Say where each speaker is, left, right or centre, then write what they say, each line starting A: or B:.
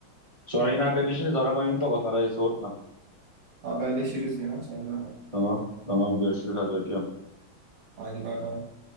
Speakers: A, on the right; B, on the right.
A: Sonra
B: Tamam.
A: yine haberleşiriz. Aramayı unutma bak arayı soğutma.
B: Haberleşiriz ya. Sen de.
A: Tamam. Tamam görüşürüz hadi öpüyorum.
B: Hadi bay bay.